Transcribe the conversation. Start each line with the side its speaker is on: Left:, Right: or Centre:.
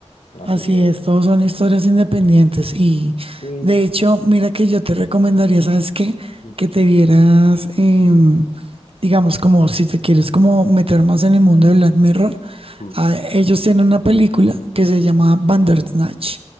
Left: Así
Right: Así
Left: que,
Right: es, todos son historias independientes y
Left: is-
Right: de hecho, mira que yo te recomendaría, ¿sabes qué?
Left: Mm,
Right: Que te vieras, em, digamos, como si te quieres como meter más en el mundo de Black Mirror,
Left: mm.
Right: ah, ellos tienen una película que se llama Bandersnatch